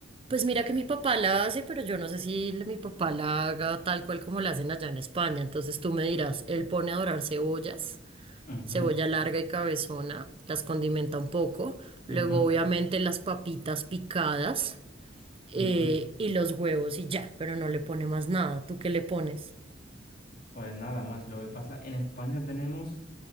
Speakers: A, on the right; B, on the left.
A: Pues mira
B: Del-
A: que mi papá la hace, pero yo no sé si la- mi papá la haga tal cual como la hacen allá en España. Entonces tú me dirás, él pone a dorar cebollas.
B: Ujú,
A: cebolla larga y cabezona, las condimenta un poco,
B: ujú,
A: luego obviamente las papitas picadas eh,
B: ujú.
A: y los huevos y ya, pero no le pone más nada. ¿Tú qué le pones?
B: Pues nada más, lo que pasa, en España tenemos